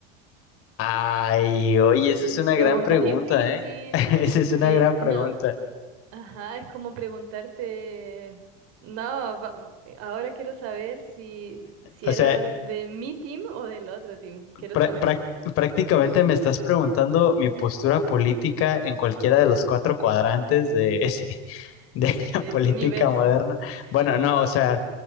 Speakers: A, on the left; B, on the right.
A: Ay, oye, esa
B: Mm,
A: es una
B: Pregunta
A: gran pregunta,
B: difícil.
A: ¿eh? <laughs> Esa es una
B: Sí,
A: gran pregunta.
B: no, ajá, es como preguntarte, no, va- ahora quiero saber si, si
A: O
B: era
A: sea,
B: de mi team o del otro team, quiero
A: Prá-
B: saber,
A: prá- prácticamente me estás preguntando mi postura política en cualquiera de los cuatro cuadrantes de, ese- <laughs> de
B: del
A: la política
B: universo,
A: moderna.
B: sí.
A: Bueno, no, o sea,